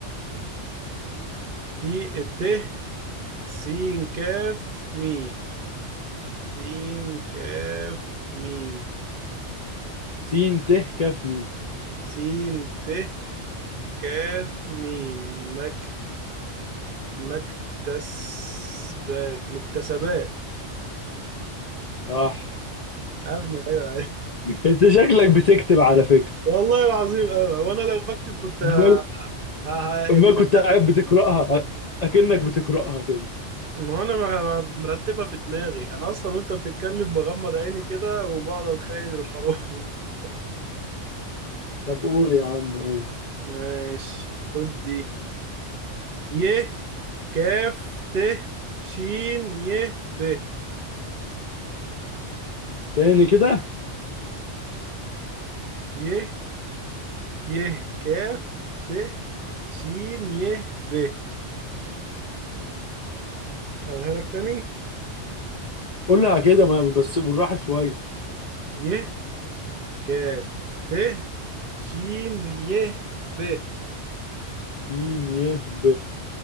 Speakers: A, on the right (about 55°); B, on the left (about 50°).
A: تي الت سين كاف ميم سين كاف ميم
B: س ت كاف ميم
A: سين ت كاف ميم مكتب مكتسبات مكتسبات
B: صح
A: ابني ايوه أيوة.
B: انت شكلك بتكتب على فكره
A: والله العظيم أوي وانا لو بكتب كنت
B: امال
A: ه... ه...
B: امال
A: ه... دماغي
B: كنت قاعد بتقراها اكنك بتقراها كده
A: ما انا بغ- مرتبها في دماغي انا اصلا وانت بتتكلم بغمض عيني كده وبقعد اتخيل الحروف <laughs>
B: طب قول يا عم قول
A: ماشي خد دي ي كاف ت شين ي ب
B: تاني كده
A: ي ي كاف ت شين ي ب اقولها لك تاني
B: قولها كده ما بس بالراحه شويه
A: ي كاف ت شين ي ب
B: ي ي ب